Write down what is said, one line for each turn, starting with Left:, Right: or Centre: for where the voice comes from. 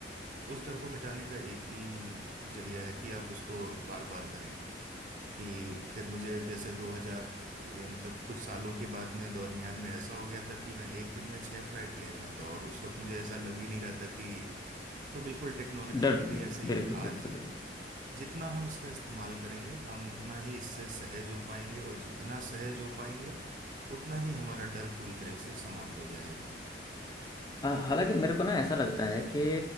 Right: उस डर को मिटाने का एक ही जरिया है कि आप उसको बार बार करें कि फिर मुझे जैसे 2000 ये मतलब कुछ सालों के बाद में दरमियान में ऐसा हो गया था कि मैं एक दिन में छह फ्लाइट ले रहा था और उस वक्त मुझे ऐसा लग ही नहीं रहा था कि तो बिल्कुल टेक्नोलॉजी
Left: डर
Right: का भी ऐसे ही
Left: बिल्कुल
Right: है आज
Left: बिल्कुल बिल्कुल
Right: जितना हम इसका इस्तेमाल करेंगे हम उतना ही इससे सहज हो पाएंगे और जितना सहज हो पाएंगे उतना ही हमारा डर पूरी तरह से समाप्त हो जाएगा
Left: आ, हालांकि मेरे को ना ऐसा लगता है कि